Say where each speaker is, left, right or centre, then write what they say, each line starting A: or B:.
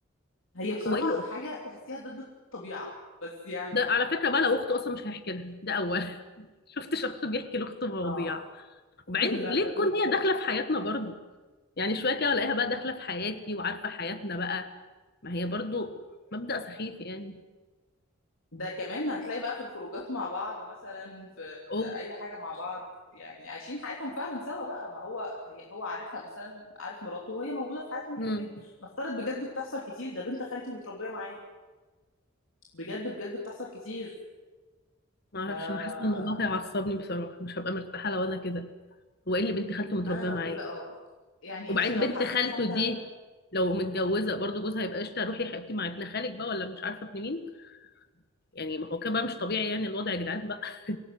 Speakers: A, on the left; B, on the left.
A: هي بصراحة
B: هو ايه اللي
A: حاجة
B: أخت-
A: تحسيها ضد الطبيعة بس يعني
B: ده على فكره بقى لو اخته اصلا مش هيحكي لها ده اول <laughs> شفت شخص بيحكي لاخته مواضيع
A: اه
B: وبعدين
A: <laughs> لا
B: ليه
A: ما
B: تكون
A: فيش
B: هي
A: بصراحة
B: داخله في حياتنا برضو يعني شويه كده الاقيها بقى داخله في حياتي وعارفه حياتنا بقى ما هي برضو مبدأ سخيف يعني
A: ده كمان هتلاقي بقى في الخروجات مع بعض مثلا في
B: او
A: اي حاجة مع بعض يعني عايشين حياتهم فعلا سوا بقى ما هو هي هو عارفها مثلا عارف مراته وهي موجودة في حياتهم كده
B: امم
A: كده نفترض بجد بتحصل كتير ده بنت خالتي متربية معايا بجد بجد بتحصل كتير
B: ما اعرفش
A: آه،
B: انا حاسه إن الموضوع هيعصبني بصراحه مش هبقى مرتاحه لو انا كده هو ايه اللي بنت خالته متربيه
A: انا
B: معاه
A: لو كده اه يعني
B: وبعدين
A: انتي لو
B: بنت
A: حسيتي
B: خالته
A: حتى
B: دي لو متجوزه برضو جوزها هيبقى قشطه روحي يا حبيبتي مع ابن خالك بقى ولا مش عارفه ابن مين يعني ما هو كده بقى مش
A: مم.
B: طبيعي يعني الوضع يا جدعان بقى <laughs>